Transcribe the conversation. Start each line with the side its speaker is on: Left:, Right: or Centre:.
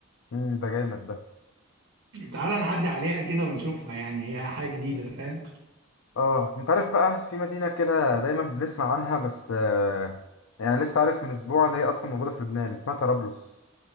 Left: امم ده جامد ده
Right: تعال نعدي عليها كده ونشوفها يعني هي حاجه جديده فاهم
Left: اه انت عارف بقى في مدينه كده دايما بنسمع عنها بس آه، يعني لسه عارف من اسبوع اللي هي اصلا موجوده في لبنان اسمها طرابلس